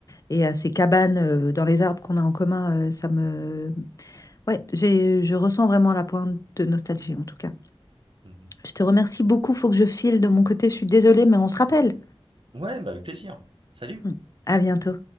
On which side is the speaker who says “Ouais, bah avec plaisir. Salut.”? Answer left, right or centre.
Right